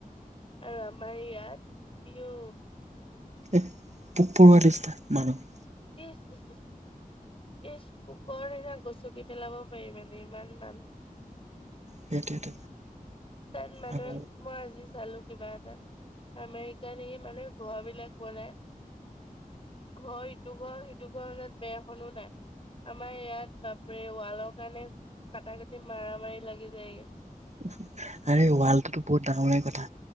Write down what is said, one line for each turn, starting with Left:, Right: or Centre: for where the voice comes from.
Left: আৰু আমাৰ ইয়াত, ইও
Right: <unintelligible> পোক-পৰুৱা নিচিনা মানুহ।
Left: <unintelligible> ইছ, পোকৰ নিছিনা গচকি পেলাব পাৰি মানে ইমান মানুহ।
Right: সেইটোৱেটো
Left: <unintelligible>
Right: আৰু
Left: চালো কিবা এটা, আমেৰিকা এই মানুহে ঘৰ বিলাক বনাই, ঘৰ ইটো ঘৰ, সিটো ঘৰ যে বেৰখনো নাই, আমাৰ ইয়াত বাপৰে ৱালৰ কাৰণে কাটা-কাটি, মাৰা-মাৰি লাগি যায়গে।
Right: <inaudible> আৰে, ৱালটোতো বহুত ডাঙৰে কথা